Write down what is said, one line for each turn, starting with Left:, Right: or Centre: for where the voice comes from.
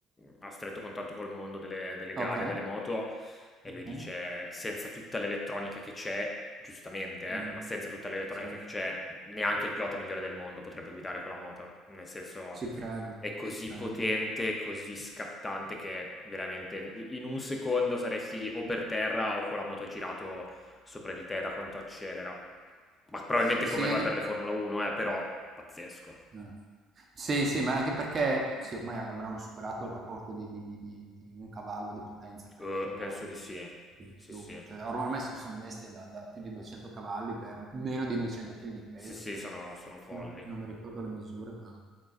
Left: ha stretto contatto col mondo delle, delle gare,
Right: Ok,
Left: delle moto, e
Right: ok.
Left: lui dice, senza tutta l'elettronica che c'è, giustamente,
Right: Mm,
Left: eh, ma senza tutta l'elettronica
Right: sì,
Left: che c'è, neanche il pilota migliore del mondo potrebbe guidare quella moto. Nel senso,
Right: Ci credo,
Left: è così
Right: ci credo.
Left: potente, così scattante che veramente in un secondo saresti o per terra o con la moto girato sopra di te da quanto accelera. Ma probabilmente
Right: Sì, sì,
Left: come lo
Right: anche...
Left: è per le Formula 1, eh, però pazzesco.
Right: Mm. Sì, sì, ma anche perché sì, ormai avranno superato il rapporto di, di- di- di- di un cavallo di potenza per
Left: Eh,
Right: chilogrammo,
Left: penso di sì.
Right: anche di
Left: Sì,
Right: più.
Left: sì.
Right: Cioè, ormai, ormai so- sono bestie da, da più di 200 cavalli per meno di 200 kg di peso,
Left: Sì, sì,
Right: credo.
Left: sono, sono folli.
Right: No, non mi ricordo le misure, ma...